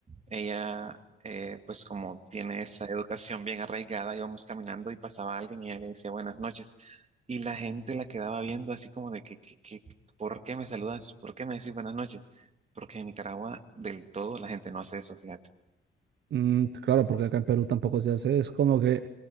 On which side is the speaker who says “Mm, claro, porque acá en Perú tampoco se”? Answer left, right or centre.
Right